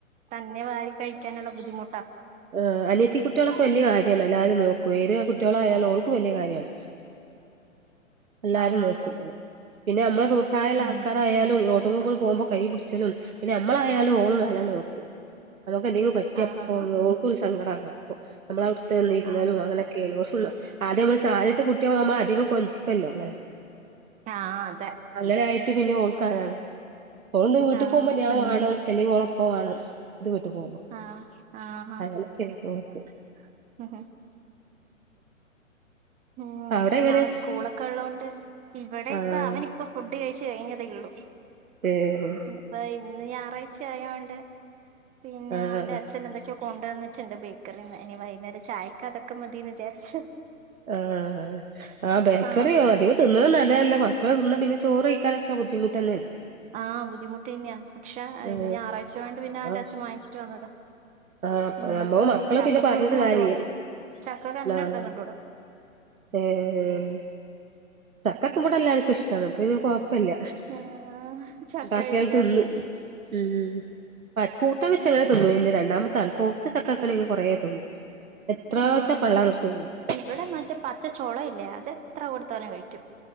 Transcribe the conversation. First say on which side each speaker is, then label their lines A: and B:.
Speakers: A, on the right; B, on the right.
A: തന്നെ വാരി കഴിക്കാനുള്ള ബുദ്ധിമുട്ടാക്കും
B: ആ അനിയത്തി കുട്ടികളൊക്കെ വലിയ കാര്യാണ് എല്ലാവരും നോക്കും ഏത് കുട്ടികളായാലും ഓൾക്ക് വലിയ കാര്യാണ്
A: <inaudible>
B: എല്ലാരും
A: ഹാ
B: നോക്കും
A: ഹാ
B: പിന്നെ നമ്മള പ്രായമുള്ള
A: ഉം
B: ആൾക്കാരായാലും <unintelligible> <unintelligible> പോകുമ്പോ കൈ പിടിച്ചലും പിന്നെ നമ്മളായാലും ഓളായാലും നോക്കും നമുക്ക് എന്തെങ്കിലും പ റ്റ
A: ആഹ്
B: എപ്പോഴും
A: ഹാ
B: ഓൾക്കൊരു സങ്കടാ അപ്പൊ നമ്മള് അവിടുത്തെ വന്നിരുന്നാലും
A: ഹാ ആഹ്
B: അങ്ങനെ <unintelligible> ആദ്യം നമ്മള് ആദ്യത്തെ കുട്ടിയാമ്പോ അധികം കൊഞ്ചിക്കല്ലോ അങ്ങനെ
A: ആഹ് ആഹ് അതെ
B: അങ്ങനായിട്ട് പിന്നെ ഓൾക്കാരാണ് ഓള് എന്ത വീട്ടിൽക്ക്
A: ആഹ്
B: പോകുമ്പോ ഞാൻ വാണം അല്ലെങ്കിൽ ഓളൊപ്പ വേണം ഇത് വീട്ട് പോകുമ്പോ
A: ആഹ് ആഹ് ആഹ്
B: അങ്ങനെയൊക്കെണ്ട് ഓൾക്ക്
A: <unintelligible> ഉം
B: അവിടെ
A: ഇനിപ്പോ
B: എങ്ങനെ
A: നാളെ സ്കൂളൊക്കെ ഉള്ളോണ്ട് ഇവിടെ
B: ആഹ്
A: ഇപ്പൊ അവന് ഇപ്പൊ ഫുഡ് കഴിച്ച് കഴിഞ്ഞതെ ഉള്ളൂ
B: ഏഹ്
A: ഇപ്പ ഇന്ന് ഞായറാഴ്ച ആയോണ്ട് പിന്നെ
B: ആഹ്
A: അവന്റെ അച്ഛൻ എന്തൊക്കെയോ കൊണ്ടുവന്നി ട്ടുണ്ട് ബേക്കറിന്ന് ഇനി വൈകുന്നേര ചായക്ക് അതൊക്കെ മതീന്ന് വിചാരിച്ചു
B: ആഹ് ആ ബേക്കറിയോ
A: ആഹ്
B: അധികം തിന്നണേ നല്ലതല്ല മക്കള് തിന്നാ പിന്നെ ചോറ് കഴിക്കല്ല ഒക്ക ബുദ്ധിമുട്ടന്നേണ്
A: ആഹ് ബുദ്ധിമുട്ട് തന്നെയാ പക്ഷേ
B: ആഹ്
A: ഞാറാഴ്ച്ച ആയോണ്ട് പിന്നെ അവന്റെ
B: ആഹ്
A: അച്ഛൻ വാങ്ങിച്ചിട്ട് വന്നതാ
B: ആഹ് അപ്പൊ
A: ഇനിയിപ്പം
B: നമ്മ മക്കള്
A: ചക്ക
B: പിന്നെ പറഞ്ഞിട്ട്
A: പുഴുക്കുണ്ട്
B: കാര്യല്ല
A: കൊർച്ച് ചക്ക കണ്ണ്
B: ആഹ്
A: എടുത്ത കണ്ടു കൂട
B: ഏഹ് ചക്കക്കേ ഇവിടെ എല്ലാർക്കും ഇഷ്ടാണ് അപ്പൊ പിന്നെ കൊഴപ്പല്ല
A: ആഹ് ചക്ക
B: ഉണ്ടാക്കിയാൽ
A: കഴിക്കാറില്ല
B: തിന്നും ഉം കൂട്ടാൻ വെച്ച്ങ്ങനെ തിന്നുന് രണ്ടാമത്തെ ആള് ഇപ്പൊ ഇപ്പൊ ചക്കക്കണിങ്ങ് കൊറേ തിന്നും എത്ര
A: ആഹ്
B: വച്ച പള്ളാറച്ച്
A: ഇവിടെ
B: തിന്നു
A: ഇവിടെ മറ്റേ പച്ചച്ചൊള ഇല്ലേ അത് എത്ര കൊടുത്താലും കഴിക്കും